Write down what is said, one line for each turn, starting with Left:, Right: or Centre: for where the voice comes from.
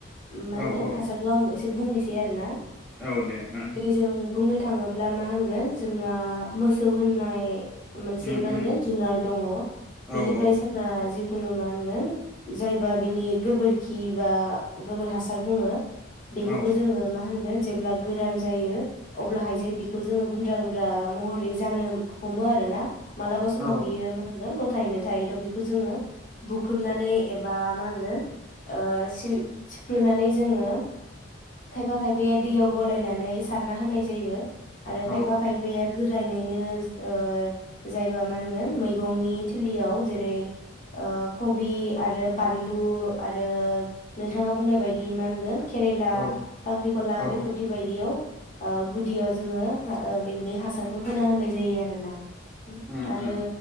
Left: मा
Centre: औ
Left: होनगोन
Centre: औ
Left: हासारखौ आं एस बुंनोसै आरो ना
Centre: औ दे ओं
Left: <unintelligible> जों बुंनो थाङोब्ला मा होनगोन जोंना मोसौ होननाय मोनसे
Centre: उम
Left: मा होनगोन
Centre: उम
Left: जुनार दङ' बेनिफ्राय
Centre: औ औ
Left: जोंहा जि <unintelligible> मा होनगोन जायबा बिनि गोबोरखि बा गोबोर हासार बुङो बेखोबो
Centre: औ
Left: जोङो मा होन जेब्ला गोरान जायो अब्लाहाय जे बेखौ जोङो गुन्द्रा गुन्द्रा महरै जानो हमो आरोना मालाबा समाव
Centre: औ
Left: बियो मा होनगोन <unintelligible> <unintelligible> थायो बेखौ जोङो बुख्रुमनानै एबा मा होनगोन ओ सुइ सिफ्रुनानै जोङो खायफा खायफाया दैयाव गलायनानै सारना होनाय जायो आरो
Centre: औ
Left: खायफा खायफाया गोराननैनो ओ जायबा मा होनगोन मैगंनि थिलियाव जेरै ओ कबि आरो बानलु आरो नोंथाङा बुंनाय बायदि मा होनगोन केरेला
Centre: औ
Left: खांख्रिखला
Centre: औ
Left: बेफोरदि बायदियाव ओ गुदियाव जोङो बिनि हासारखौ होना होनाय जायो आरोना
Centre: उम
Left: आरो
Centre: उम